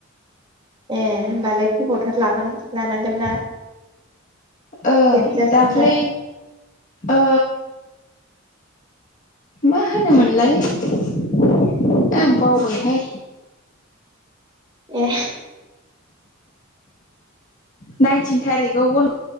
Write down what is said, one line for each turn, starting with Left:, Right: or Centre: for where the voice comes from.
Right: ए होमबालाय गोबावथार लागोन लानांगोन ना?
Left: ओं
Right: जोबजासिमबा
Left: दाख्लै ओ मा होनोमोनलाय आं बावबायहाय।
Right: ए।
Left: नाइनटिन थारिकाव बन